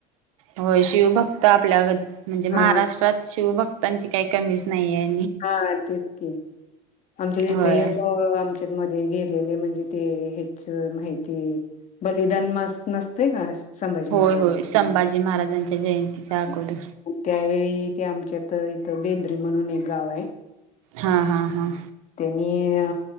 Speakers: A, on the right; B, on the left.
A: होय शिवभक्त आपल्या, म्हणजे महाराष्ट्रात
B: हा
A: शिवभक्तांची काही कमीच नाहीये.
B: हा तेच की आमच्या तिथं
A: होय
B: एक अ-आमच्या <unintelligible> गेलेले म्हणजे ते हेच माहिती, बलिदान मास नसतय काय संभाजी
A: होय
B: महाराज
A: होय संभाजी महाराजांच्या जयंतीच्या अगोदर
B: त्यावेळी ते आमच्यात इथ बेंद्री म्हणून एक गाव आहे,
A: हा हा हा,
B: त्यांनी अ